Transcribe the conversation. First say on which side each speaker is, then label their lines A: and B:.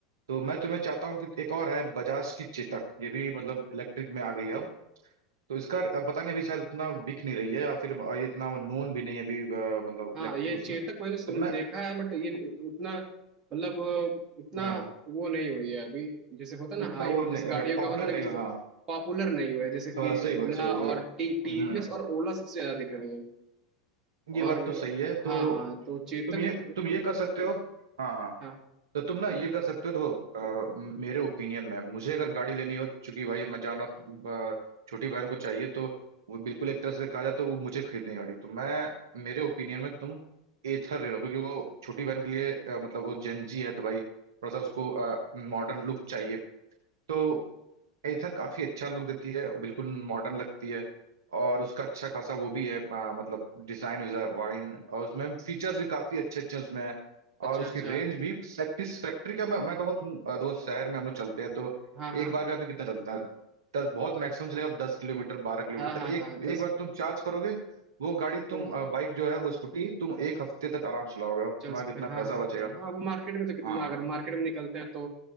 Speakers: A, on the right; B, on the right.
A: तो मैं तुम्हें चाहता हूँ कि एक और है बजाज की चेतक ये भी मतलब इलेक्ट्रिक में आ गई है अब तो इसका अब पता नहीं अभी शायद उतना बिक नहीं रही है या फिर ये इतना नोन भी नहीं है अभी अ, मतलब
B: हाँ
A: इलेक्ट्रिक
B: ये
A: उसमें
B: चेतक मैंने सुन
A: तो मैं
B: देखा है बट ये उतना मतलब उतना
A: हाँ
B: वो नहीं हुई है अभी जैसे होता ना
A: उतना
B: हाइप
A: वो
B: जिस
A: नहीं,
B: गाड़ियों
A: पॉपुलर
B: का होता ना
A: नहीं
B: कि जैसे
A: हुआ, हाँ
B: पॉपुलर नहीं हुआ है जैसे कि
A: हाँ सही बात
B: ओला
A: सही बात सही
B: और
A: बात।
B: टी टीवीएस और ओला सबसे ज्यादा दिख रही है
A: ये
B: और
A: बात तो सही है तो
B: हाँ हाँ तो चेतक
A: तुम ये तुम ये कर सकते हो हाँ हाँ
B: हाँ
A: तो तुम ना ये
B: बत-
A: कर सकते हो देखो अ, मेरे ओपिनियन में मुझे अगर गाड़ी लेनी हो चूंकि भाई मैं जाना अ, छोटी बहन को चाहिए तो वो बिल्कुल एक तरह से कहा जाए तो वो मुझे खरीदनी है गाड़ी तो मैं मेरे ओपिनियन में तुम एथर ले लो क्योंकि वो छोटी बहन के लिए अ, मतलब वो जेंजी है तो भाई थोड़ा सा उसको मॉडर्न लुक चाहिए तो एथर काफी अच्छा लुक देती है बिल्कुल मॉडर्न लगती है और उसका अच्छा खासा वो भी है आ, मतलब डिजाइन वाइन और उसमें फीचर्स भी काफी अच्छे अच्छे उसमें है
B: अच्छा
A: और उसकी
B: अच्छा
A: रेंज भी सेटिस्फैक्ट्री का मैं मैं कहूँगा तुम आ, दोस्त शहर में हम लोग चलते हैं तो
B: हाँ हाँ
A: एक बार भी आदमी कितना चलता है दस बहुत मैक्सिमम चलेगा तो दस किलोमीटर बारह किलोमीटर
B: हाँ हाँ
A: तो एक
B: हाँ दस
A: एक बार तुम चार्ज करोगे वो गाड़ी तुम
B: तो
A: बाइक जो है वो स्कूटी तुम एक हफ्ते तक आराम से चलाओगे और
B: चल
A: तुम्हारा
B: सकते
A: कितना
B: हैं हाँ
A: पैसा
B: हाँ
A: बचेगा
B: भैया हाँ अब मार्केट में तो कितना
A: हाँ
B: अगर मार्केट में निकलते हैं तो